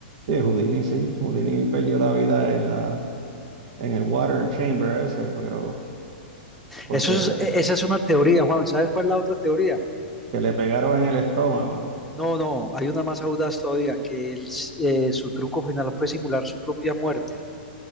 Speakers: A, on the right (about 50°); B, in the centre.
A: Sí, Houdini, sí. Houdini perdió la vida en la, en el water chamber ese, pero porque
B: Eso es, e- esa es una teoría, Juan. ¿Sabes cuál es la otra teoría?
A: que le pegaron en el estómago.
B: No, no, hay una más audaz todavía, que él, eh, su truco final fue simular su propia muerte.